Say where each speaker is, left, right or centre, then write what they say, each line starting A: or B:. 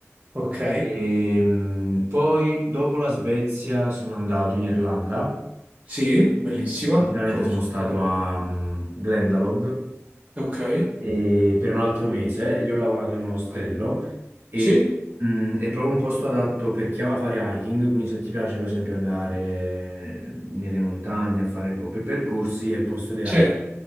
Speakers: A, on the right; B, on the right.
A: Ok.
B: E, mh, poi dopo la Svezia sono andato in Irlanda,
A: Sì, bellissima,
B: praticamente
A: conosco.
B: sono stato
A: bene.
B: a mh, Glendalough
A: Ok,
B: e per un altro mese, lì ho lavorato in un ostello e
A: sì,
B: mh, è proprio un posto adatto per chi ama fare hiking, quindi se ti piace per esempio andare nelle montagne a fare co- per percorsi è il posto ideale
A: sì,